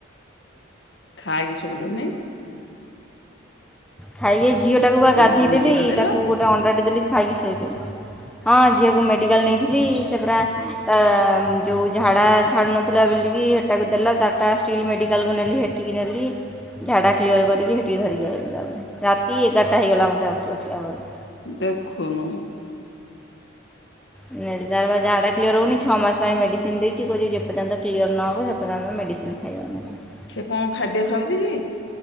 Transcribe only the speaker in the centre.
ଖାଇକି ଝିଅଟାକୁ ବା ଗାଧୋଇ
ଦେଲି
ତାକୁ ଗୋଟେ ଅଣ୍ଡାଟେ ଦେଲି। ଖାଇକି ଶୋଇବ ହଁ ଝିଅକୁ ମେଡ଼ିକାଲ ନେଇଥିଲି ସେ ପୁରରା ତା ଯେଉଁ ଝାଡ଼ା ଛାଡ଼ୁ ନଥିଲା ବୋଲିକି ହେଟାକୁ ଦେଲା ତାଟା ଷ୍ଟିଲ୍ ମେଡ଼ିକାଲକୁ ନେଲି ହେ ସେଠିକି ନେଲି ଝାଡ଼ା କ୍ଲିଅର କରିକି ସେଠିକି ଧରିକି ଆ ତା ପାଇଁ। ରାତି ଏଗାରଟା ହେଇଗଲା ମତେ ଆସୁ ଆସୁ ତା ପରେ।
<unintelligible> ତାର ବା ଝାଡା କ୍ଲିୟର ହଉନି। ଛଅ ମାସ ପାଇଁ ମେଡିସିନ୍ ଦେଇଛି, କହୁଛି ଯେପର୍ଯ୍ୟନ୍ତ କ୍ଲିୟର ନ ହବ ସେ ପର୍ଯ୍ୟନ୍ତ ମେଡ଼ିସିନ୍ ଖାଇବା। <unintelligible>